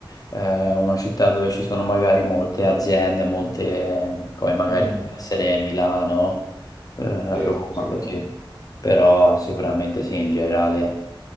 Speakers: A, on the left; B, on the right.
A: eh, una città dove ci sono magari molte aziende, molte, come magari
B: Mhm.
A: può essere Milano, eh,
B: Sì,
A: Roma,
B: sicuramente.
A: così. Però sicuramente sì, in generale